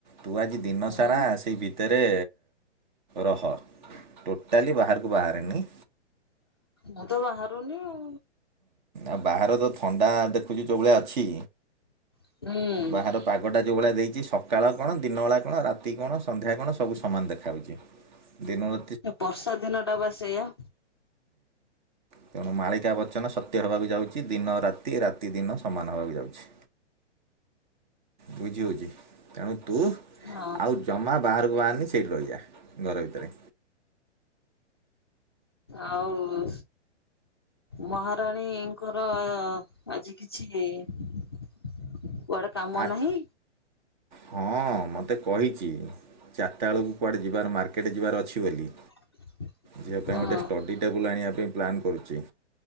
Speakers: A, on the right; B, on the left.
A: ତୁ ଆଜି ଦିନ
B: ହୁଁ
A: ସାରା ସେଇ ଭିତ ଭତରେ ରହ ଟୋଟାଲି ବାହାରକୁ ବାହାରେନି।
B: ମୁ ତ ବାହାରୁନି ଆଉ।
A: ଆଉ ବାହାର ତ ଥଣ୍ଡା ଦେଖୁଚୁ ଯେଉଁବେଳିଆ ଅଛି
B: ହୁଁ।
A: ବାହାର ପାଗଟା ଯେଉଁ ଭଳିଆ ଦେଇଛି ସକାଳ କଣ ଦିନବେଳା କଣ ରାତି କଣ ସନ୍ଧ୍ୟା କଣ ସବୁ ସମାନ ଦେଖାହେଉଚି। ଦିନ
B: ବର୍ଷା ଦିନ ଟା ବା ସେଇଆ।
A: ତେଣୁ ମାଳିକା ବଚନ ସତ୍ୟ ହେବାକୁ ଯାଉଚି ଦିନ ରାତି ରାତିଦିନ ସମାନ ହେବାକୁ ଯାଉଚି। ବୁଝିହଉଚି। ତେଣୁ ତୁ
B: ହଁ।
A: ଆଉ ଜମା ବାହାରକୁ ବାହାରନି ସେଇଠି ରହିଯା ଘର ଭିତରେ।
B: ଆଉ ମହାରାଣୀଙ୍କର ଆଜି କିଛି କୁଆଡେ କାମ
A: ଆ
B: ନାହିଁ?
A: ହଁ ମତେ କହିଚି। ଚାରିଟା ବେଳକୁ କୁଆଡ଼େ ଯିବାର ମାର୍କେଟ ଯିବାର ଅଛି ବୋଲି।
B: <unintelligible>
A: ଝିଅ ପାଇଁ
B: ହଁ।
A: ଗୋଟେ ଷ୍ଟଡି ଟେବ ବୁଲ ଆଣିବା ପାଇଁ ପ୍ଲାନ୍ କରୁଚୁ